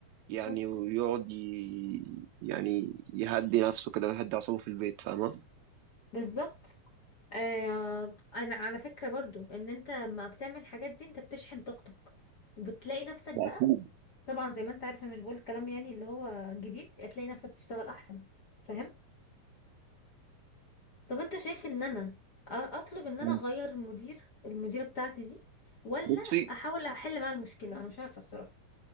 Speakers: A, on the left (about 50°); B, on the right (about 85°).
A: بالظبط
B: يعني ويقعد ي... يعني يهدي نفسه كده ويهدي اعصابه في البيت فاهمه
A: بالظبط آه انا على فكرة برضو ان انت لما بتعمل الحاجات دي انت بتشحن طاقتك وبتلاقي نفسك بقى
B: ده اكيد
A: طبعا زي ما انت عارف انا مش بقول الكلام يعني اللي هو جديد هتلاقي نفسك بتشتغل احسن فاهم طب انت شايف ان انا أ- اطلب ان انا
B: أيوة.
A: اغير مدير المديره بتاعتي دي ولا
B: بصي
A: احاول احل معاها المشكله انا مش عارفه الصراحه